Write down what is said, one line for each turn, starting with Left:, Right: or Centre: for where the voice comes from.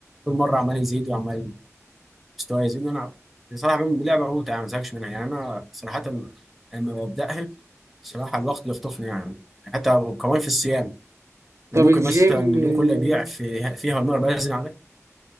Centre: كل مره عمال يزيد وعمال مستواي يزيد وانا بصراحه لعبه ممتعه ما زهقش منها يعني انا صراحه لما ببداها بصراحة الوقت بيخطفني يعني حتى كمان في الصيام يعني
Right: طب
Centre: ممكن
Right: الجيم
Centre: مثلا اليوم
Right: آه،
Centre: كله يضيع في فيها والمغرب أذن عليك